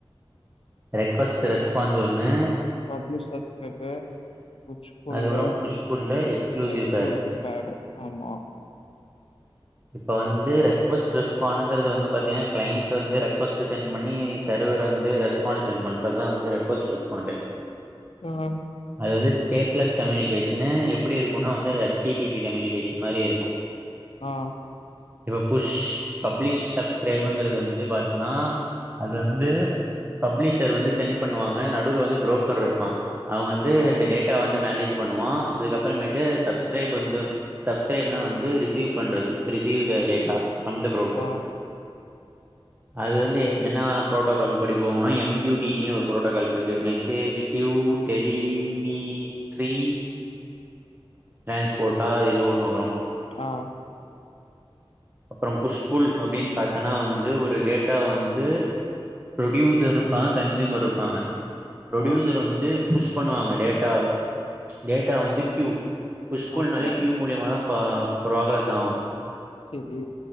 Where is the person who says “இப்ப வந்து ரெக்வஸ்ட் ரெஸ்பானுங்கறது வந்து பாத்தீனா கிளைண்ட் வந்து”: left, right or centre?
Right